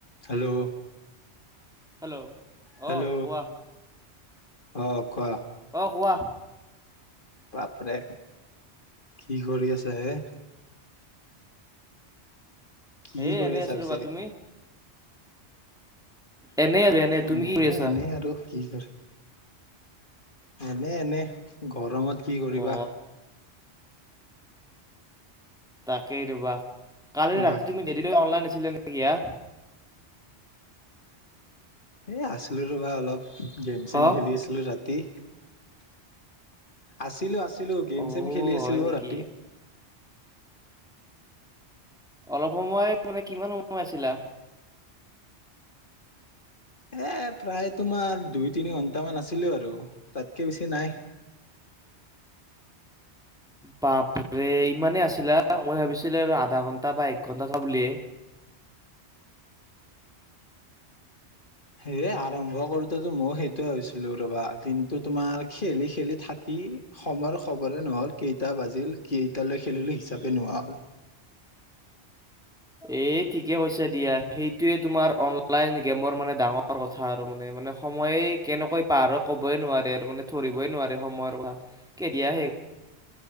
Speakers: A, on the left; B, in the centre.
A: hello
B: Hello
A: hello
B: অ কোৱা
A: অ কোৱা
B: অ কোৱা
A: বাপৰে কি কৰি আছা এ কি
B: এ
A: কৰি
B: এনেই
A: আছা
B: আছো
A: পিছে
B: ৰবা তুমি এনে আছো এনে তুমি
A: মই
B: কি কৰি আছা
A: এনেই আৰু কি কৰ এনে এনে গৰমত কি কৰিবা
B: অ তাকেই ৰব কালি ৰাতি
A: বাকী
B: তুমি দেৰিলৈ অনলাইন আছিলে ন ইয়া
A: এ আছিলো ৰবা অলপ গেম
B: হ
A: চেম খেলি আছিলো ৰাতি তি আছিলো আছিল ছিলো গেম
B: অ
A: চেম খেলি আছিলো
B: হয় নেকি
A: ৰাতি
B: অলপ সময় মানে কিমান সময় আছিলা
A: এ প্ৰায় তোমাৰ দুই তিনি ঘন্টামান আছিলো আৰু তাতকে বেছি নাই
B: বাপৰে ইমানেই আছিলা মই ভাবিছিলো আৰু আধা ঘন্টা বা এক ঘন্টা চাবলিয়ে
A: সেয়ে আৰম্ভ কৰোতেতো মই সেইটোৱে হৈছিলো ৰবা কিন্তু তোমাৰ খেলি খেলি থাকি সময়ৰ খবৰে নহল কেইটা বাজিল কেইটালৈ খেলিলো হিচাপে নোহোৱা হল
B: এই ঠিকে কৈছা দিয়া সেইটোৱে তোমাৰ অনলাইন গেমৰ মানে ডাঙৰ কথা আৰু মানে মানে সময়ে কেনেকৈ পাৰ হয় কবই নোৱাৰে আৰু মান ধৰিবই নোৱাৰে সময়ৰ কথা কেতিয়া